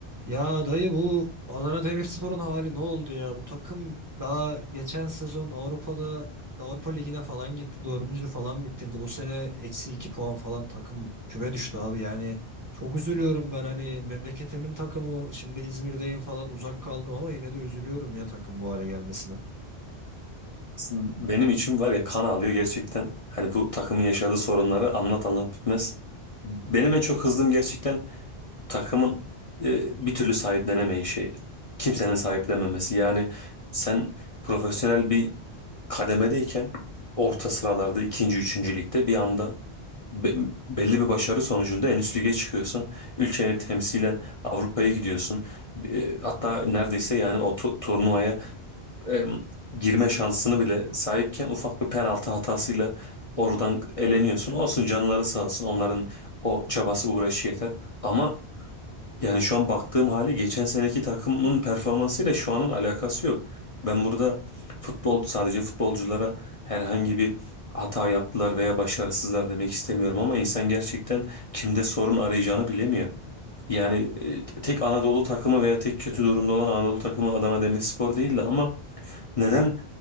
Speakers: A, on the right; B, on the left.
A: Ya dayı bu Adana Demirspor'un hali ne oldu ya? Bu takım daha geçen sezon Avrupa'da Avrupa Ligi'ne falan gitti. Dördüncü falan bitirdi. Bu sene eksi iki puan falan takım küme düştü abi. Yani çok üzülüyorum ben hani memleketimin takımı şimdi İzmir'deyim falan uzak kaldım ama yine de üzülüyorum ya takım bu hale gelmesine.
B: Benim için var ya kan ağlıyor gerçekten. Hani bu takımın yaşadığı sorunları anlat anlat bitmez. Benim en çok kızdığım gerçekten takımın e, bir türlü sahiplenemeyişi. Kimsenin sahiplenmemesi. Yani sen profesyonel bir kademedeyken orta sıralarda ikinci, üçüncü ligde bir anda be- belli bir başarı sonucunda en üst lige çıkıyorsun. Ülkeni temsilen Avrupa'ya gidiyorsun. E, hatta neredeyse yani o tu- turnuvaya e, girme şansını bile sahipken ufak bir penaltı hatasıyla oradan eleniyorsun. Olsun canları sağ olsun onların o çabası uğraşı yeter. Ama yani şu an baktığım hali geçen seneki takımın performansıyla şu anın alakası yok. Ben burada futbol sadece futbolculara herhangi bir hata yaptılar veya başarısızlar demek istemiyorum ama insan gerçekten kimde sorun arayacağını bilemiyor. Yani e, tek Anadolu takımı veya tek kötü durumda olan Anadolu takımı Adana Demirspor değildi ama neden?